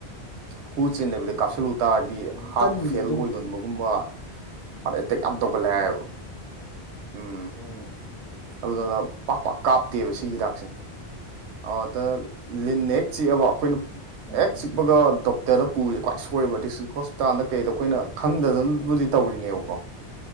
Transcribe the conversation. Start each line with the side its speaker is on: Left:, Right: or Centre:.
Right: ꯍꯨ ꯆꯦꯟꯗꯕꯤꯗ ꯀꯥꯞꯁꯤꯜꯂꯨ ꯇꯥꯔꯗꯤ
Left: ꯎꯝ
Right: ꯍꯥꯔꯠ
Left: ꯀꯟꯅꯤꯌꯦ
Right: ꯐꯦꯜ
Left: ꯑꯗꯨꯕꯨꯗꯤ
Right: ꯑꯣꯏꯒꯟꯕ ꯒꯨꯝꯕ ꯍꯥꯔꯠ ꯑꯦꯇꯦꯛ ꯌꯥꯝ ꯇꯧꯒꯂꯦ ꯍꯥꯏꯌꯦꯕ ꯎꯝ
Left: ꯑꯣꯝ
Right: ꯑꯗꯨꯗꯨꯅ ꯄꯥꯛ ꯄꯥꯛ ꯀꯥꯞꯇꯦꯕ ꯁꯤꯒꯤ ꯍꯤꯗꯥꯛꯁꯦ ꯑꯗ ꯂꯤꯟꯅ ꯍꯦꯛ ꯆꯤꯛꯑꯕ ꯑꯩꯈꯣꯏꯅ
Left: ꯎꯝ
Right: ꯍꯦꯛ ꯆꯤꯛꯄꯒ ꯗꯣꯛ ꯗꯔꯗ ꯄꯨꯔꯤꯁꯦ ꯈ꯭ꯋꯥꯏ ꯁꯣꯏꯕ ꯗꯤꯁꯇ꯭ꯔꯤꯛ ꯍꯣꯁꯄꯤꯇꯥꯜꯗ ꯀꯩꯗ ꯑꯩꯈꯣꯏꯅ ꯈꯪꯗꯅꯕꯨꯗꯤ ꯇꯧꯔꯤꯅꯦꯕꯀꯣ